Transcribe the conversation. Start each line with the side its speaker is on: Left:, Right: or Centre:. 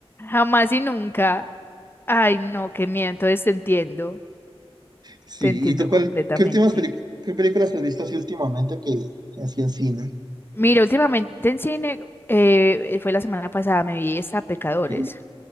Left: Jamás y nunca. Ay, no, qué miedo. Entonces te entiendo.
Right: Sí,
Left: Te entiendo
Right: ¿y tú cuál,
Left: completamente.
Right: qué últimas peli- qué películas has visto así últimamente que así en cine?
Left: Mira, últimamente en cine, eh, fue la semana pasada, me vi esta Pecadores,
Right: Ok,